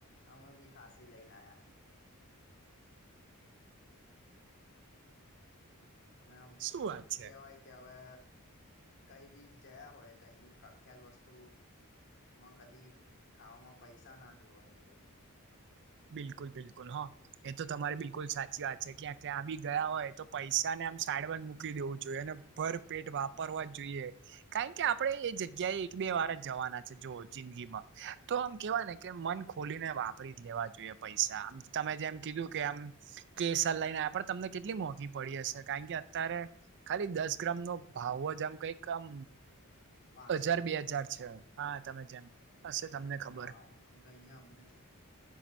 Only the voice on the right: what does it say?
શું વાત છે
બિલકુલ બિલકુલ હો એ તો તમારી બિલકુલ સાચી વાત છે કે ક્યાં બી ગયા હોય. તો પૈસા ને આમ સાડમાં જ મૂકી દેવું જોઈએ અને ભર પેટ વાપરવા જ જોઈએ. કારણ કે આપડે એ જગ્યાએ એક બે વાર જ જવાના છે જો જિંદગીમાં તો આમ કેવાય ને કે મન ખોલીને વાપરી જ લેવા જો પૈસા તમે જેમ કીધું કે આમ કેસર લઈને આ પણ તમને કેટલી મોંઘી પડી હશે કારણ કે અત્યારે ખાલી દસ ગ્રામ નો ભાવ જ આમ કઈક આમ
હજાર
બે હજાર છે હા તમે જેમ હશે તમને ખબર